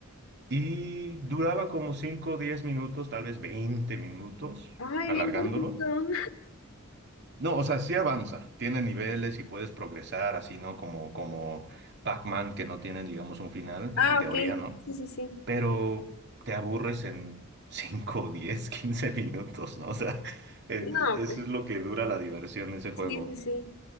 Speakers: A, on the right; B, on the left.
A: Y duraba como 5 o 10 minutos, tal vez 20 minutos,
B: Ay,
A: alargándolo.
B: bien cortito.
A: No, o sea, sí avanza, tiene niveles y puedes progresar, así, ¿no? Como, como Pac-Man, que no tienen, digamos, un final,
B: Ah,
A: en teoría,
B: ok.
A: ¿no?
B: Sí, sí, sí.
A: Pero te aburres en 5 <laughs> 10 15 minutos, ¿no? O sea, en-
B: No,
A: eso
B: pues,
A: es lo que dura la diversión de ese juego.
B: sí, sí, sí.